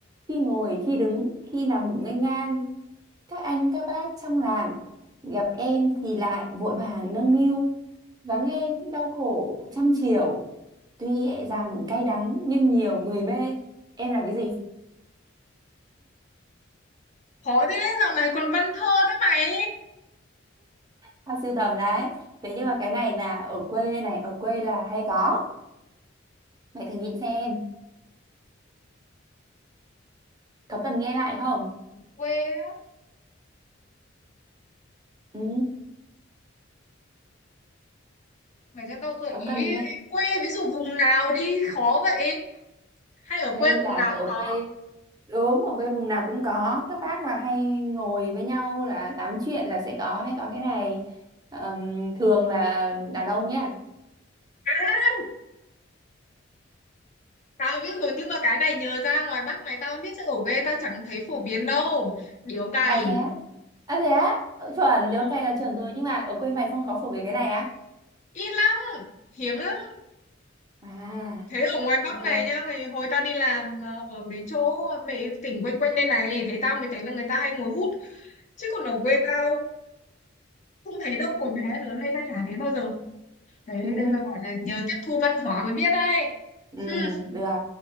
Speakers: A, on the right; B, on the left.
A: khi ngồi khi đứng khi nằm nghênh ngang các anh các bác trong làng gặp em thì lại vội vàng nâng niu vắng em đau khổ trăm chiều tuy e rằng cay đắng nhưng nhiều người mê em là cái gì
B: khó thế dạo này còn văn thơ thế mày
A: tao sưu tầm đấy thế nhưng mà cái này là ở quê này ở quê là hay có mày thử nghĩ xem có cần nghe lại không
B: quê á,
A: ừ
B: mày cho tao gợi
A: có
B: ý
A: cần nghe
B: quê ví dụ vùng nào đi khó vậy hay ở
A: quê
B: quê vùng
A: là
B: nào
A: kiểu
B: cũng
A: ở
B: có
A: quê Đúng, ở quê vùng nào cũng có. Các bác là hay ngồi với nhau là tám chuyện là sẽ có hay có cái này. Ờm, thường là đàn ông nhá.
B: À, tao biết rồi nhưng mà cái này nhờ ra ngoài Bắc này tao biết chỗ ghê tao chẳng thấy phổ biến đâu điếu cày
A: À thế á? À thế á? Ừ, Chuẩn,
B: ừ.
A: ok là chuẩn rồi. Nhưng mà ở quê mày không có phổ biến cái này á?
B: ít lắm hiếm lắm
A: À,
B: thế ở ngoài Bắc
A: ok.
B: này nhá thì hồi tao đi làm ờ, ở mấy chỗ mấy tỉnh quanh quanh đây này thế tao mới thấy là người ta hay ngồi hút chứ còn ở quê tao không thấy đâu hồi bé lớn lên tao chả thấy bao giờ đấy
A: Ừ,
B: đây là gọi là nhờ tiếp thu văn hóa mới biết đấy
A: ừ,
B: hmm.
A: được.